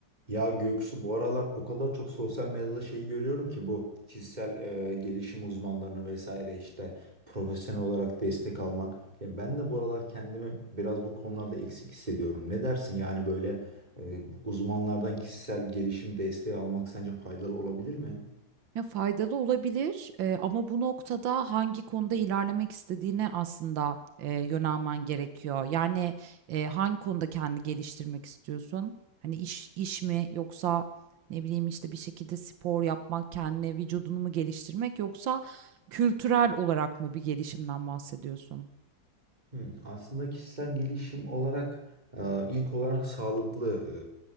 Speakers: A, on the right; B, on the right.
A: Ya Göksu bu aralar o kadar çok sosyal medyada şey görüyorum ki bu kişisel e, gelişim uzmanlarını vesaire işte profesyonel olarak destek almak. Ya ben de bu aralar kendimi biraz bu konularda eksik hissediyorum. Ne dersin yani böyle e, uzmanlardan kişisel gelişim desteği almak sence faydalı olabilir mi?
B: Ya, faydalı olabilir, eee, ama bu noktada hangi konuda ilerlemek istediğine aslında, eee, yönelmen gerekiyor. Yani, eee, hangi konuda kendini geliştirmek istiyorsun? Hani, iş iş mi yoksa ne bileyim, işte, bir şekilde spor yapmak, kendine vücudunu mu geliştirmek yoksa kültürel olarak mı bir gelişimden bahsediyorsun?
A: Hmm, aslında kişisel gelişim olarak e, ilk olarak sağlıklı e,